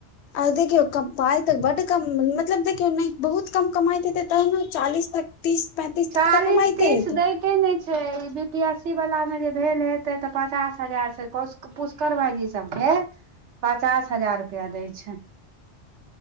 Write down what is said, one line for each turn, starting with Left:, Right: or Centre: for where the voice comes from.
Left: आ देखियौ कम पाई तऽ बड़ कम मतलब देखियौ नहि बहुत कम कमाई देतै तह ने चालीस तक तीस पेतीस
Right: चालीस
Left: तऽ कमाइते
Right: तीस
Left: हतै
Right: दैते छै बी पी एस सी वाला मे ज भेल हेतै तऽ पचास हजार से पुष्कर भायजी सभके पचास हजार रुपआ दै छै।